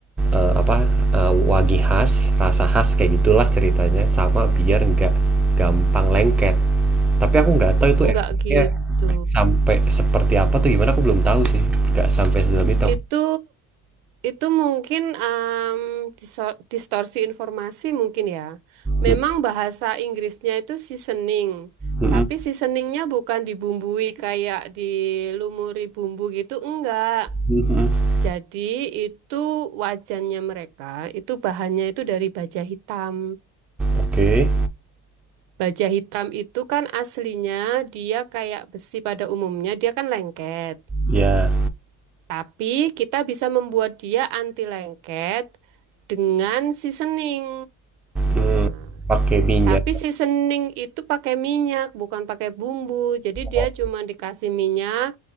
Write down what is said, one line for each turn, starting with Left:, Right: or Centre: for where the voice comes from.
Centre: eh, apa eh, wangi khas, rasa khas kayak gitulah ceritanya sama biar nggak gampang lengket. Tapi aku nggak tahu itu
Right: nggak
Centre: efeknya
Right: gitu.
Centre: sampai seperti apa tuh gimana aku belum tahu sih. Nggak sampai sedalam itu.
Right: Itu itu mungkin em, diso- distorsi informasi mungkin ya. Memang
Centre: Mm,
Right: bahasa Inggrisnya itu seasoning,
Centre: mm,
Right: tapi
Centre: mm,
Right: seasoningnya bukan dibumbui kayak dilumuri bumbu gitu, enggak.
Centre: mm, mm.
Right: Jadi itu wajannya mereka, itu bahannya itu dari baja hitam.
Centre: Oke.
Right: Baja hitam itu kan aslinya dia kayak besi pada umumnya, dia kan lengket.
Centre: Ya,
Right: Tapi kita bisa membuat dia anti lengket dengan seasoning.
Centre: mmm,
Right: Nah,
Centre: pakai minyak.
Right: tapi seasoning itu pakai minyak, bukan pakai bumbu. Jadi dia
Centre: Oh,
Right: cuma dikasih minyak,